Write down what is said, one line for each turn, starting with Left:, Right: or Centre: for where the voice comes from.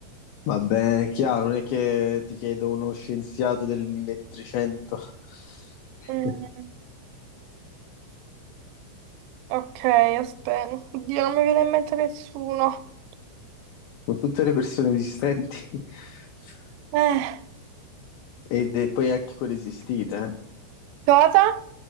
Left: Va bene, è chiaro, non è che ti chiedo uno scienziato del 1300 <laughs>
Right: Mm, Ok, aspetta. Oddio, non mi viene in mente nessuno.
Left: con tutte le persone esistenti <laughs>
Right: Eh,
Left: e, e poi anche quelle esistite, eh.
Right: cosa?